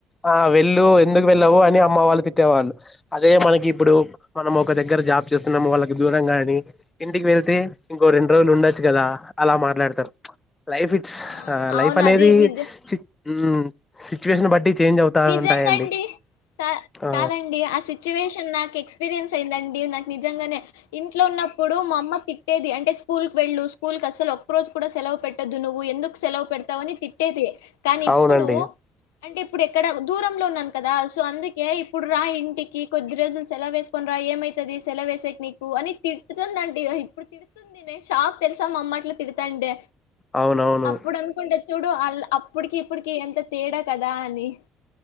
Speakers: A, on the left (about 20°); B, on the left (about 70°).
A: ఆ వెళ్ళు ఎందుకు వెళ్ళవు అని మ వాళ్లు తిట్టేవాళ్ళు అదే మనకి ఇప్పుడు మనం ఒక దగ్గర జాబ్ చేస్తున్నాము వాళ్ళకి దూరంగాని ఇంటికి వెళ్తే ఇంకో రెండు రోజులు ఉండొచ్చు కదా అలా మాట్లాడతారు లైఫ్ ఇట్స్
B: ఆ అవును
A: లైఫ్ అనేది
B: అది నిజ
A: చి ఉం సిచ్యువేషన్ బట్టి చేంజ్ అవుతా
B: నిజంగండి
A: ఉంటాయండి
B: క
A: ఆ
B: కాదండి ఆ సిచ్యువేషన్ నాకు ఎక్స్పీరియన్స్ అయిందండి నాకు నిజంగానే ఇంట్లో ఉన్నప్పుడు మా అమ్మ తిట్టేది అంటే స్కూల్ కు వెళ్ళు స్కూల్ కు అసలు ఒక్క రోజు కూడా సెలవు పెట్టదు నువ్వు ఎందుకు సెలవు పెడతావని తిట్టేది కానీ ఇప్పుడు
A: అవునండి
B: అంటే ఇప్పుడు ఎక్కడ దూరంలో ఉన్నాను కదా సో అందుకే ఇప్పుడు రా ఇంటికి కొద్దిరోజులు సెలవేసుకొని రా ఏమై సెలవేసేక్ నీకు అని తిడుతుందండి ఇప్పుడు తిడుతుంది నను షాక్ తెలుసా అమ్మ అట్లా తిడతాంటే
A: అవునవును
B: అప్పుడు అనుకుంటే చూడు అళ్ల అప్పటికి ఇప్పటికి ఎంత తేడా కదా అని